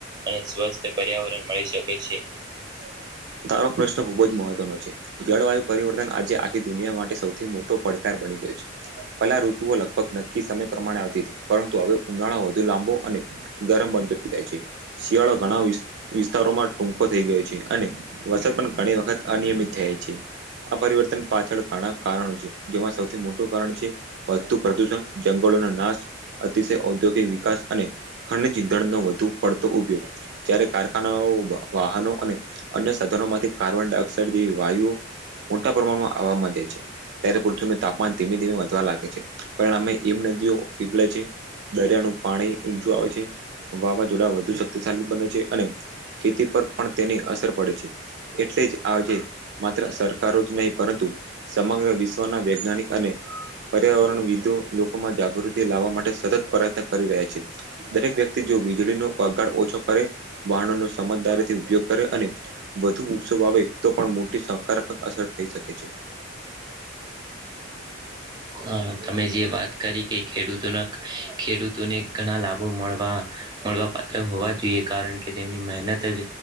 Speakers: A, on the right (about 20°); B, on the right (about 60°).
A: અને સ્વસ્થ પર્યાવરણ મળી શકે છે.
B: <inaudible> તારો પ્રશ્ન ખુબ જ મહત્વનો છે. જળવાયુ પરિવર્તન આજે આખી દુનિયા માટે સૌથી મોટો પડકાર બની ગયો છે. <inaudible> પેલા ઋતુઓ લગભગ નક્કી સમય પ્રમાણે આવતી તી પરંતુ હવે ઉનાળો વધુ લાંબો અને ગરમ બનત હોય છે. શિયાળા ઘણા વિ વિસ્તારોમાં ટૂંકો થઈ ગયો છે અને વરસાદ પણ ઘણી વખત અનિયમિત થાય છે આ પરિવર્તન પાછળ ઘણા કારણો છે જેમાં સૌથી મોટું કારણ છે વધતુ પ્રદુષણ, જંગલોનો નાશ, અતિશય ઔદ્યોગિક વિકાસ અને ખંડ ચીંધણનો વધુ પડતો ઉપયોગ જ્યારે કારખાનાઓ વાહનો અને અન્ય સાધનોમાંથી કાર્બન ડાયોક્સાઇડ જેવી વાયુ મોટા પ્રમાણમાં આવવામાં જાય છે. ત્યારે પૃથ્વીનું તાપમાન ધીમે ધીમે વધવા લાગે છે. પણ અમે એમ નદીઓ પીગળે છે દરિયાનું પાણી ઊંચું આવે છે, વાવા જોડા વધુ શક્તિશાળી બને છે અને ખેતી પર પણ તેની અસર પડે છે. એટલે જ આજે માત્ર સરકારો જ નહીં પરંતુ સમગ્ર વિશ્વના વૈજ્ઞાનિક અને પર્યાવરણ વિદો લોકોમાં જાગૃતિ લાવવા માટે સતત પ્રયત્ન કરી રહ્યા છે. દરેક વ્યક્તિ જો વીજળી નો પગાર ઓછો કરે, વાહનો ન સમજદારી ઉપયોગ કરે અને વધુ વૃક્ષો વાવે તો પણ મોટી સકારાત્મક અસર થઈ શકે છે.
A: હા, તમે જે વાત કરી કે ખેડૂતોના ખેડૂતોને ઘણા લાભો મળવા મળવા પાત્ર હોવા જોઈએ. કારણ કે તેમની મહેનત જ